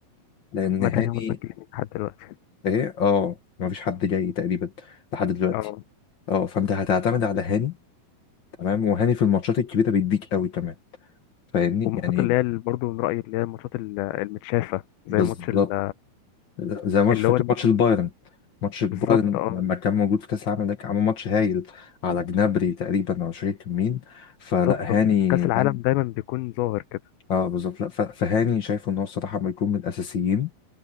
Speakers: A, on the left (about 45°); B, on the left (about 80°).
A: لان
B: محمد
A: هاني
B: هاني هو الباك اليمين لحد دلوقتي
A: ايه اه مفيش حد جاي تقريبا لحد دلوقتي
B: اه
A: اه فانت هتعتمد على هاني تمام وهاني في الماتشات الكبيرة بيديك قوي كمان فاهمني
B: والماتشات
A: يعني
B: اللي هي برضه من رأيي اللي هي الماتشات ال- المتشافة زي
A: بالظبط
B: ماتش ال-
A: زي ماتش
B: اللي
A: فاكر
B: هو الم-
A: ماتش البايرن ماتش البايرن
B: بالظبط اه
A: لما كان موجود في كاس العالم ده كان عامل ماتش هايل على جنابري تقريبا او مش فاكر كان مين فلا
B: بالظبط آه.
A: هاني
B: كأس العالم
A: هاني
B: دايما بيكون ظاهر كده
A: اه بالظبط لا ف- فهاني شايفه ان هو الصراحه ما يكون من الاساسيين